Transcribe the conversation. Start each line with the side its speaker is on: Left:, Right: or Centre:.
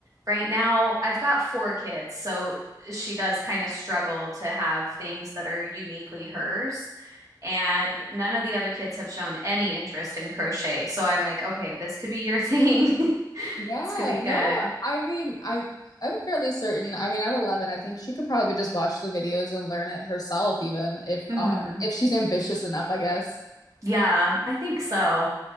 Right: right now I've got four kids, so she does kind of struggle to have things that are uniquely hers. And none of the other kids have shown any interest in crochet. So I'm like, okay, this could be your thing. <laughs>
Left: Yeah,
Right: This could be good.
Left: no, I mean, I'm I'm fairly certain. I mean, at 11, I think she could probably just watch the videos and learn it herself, even if
Right: hmm
Left: um if she's ambitious enough, I guess.
Right: Yeah, I think so.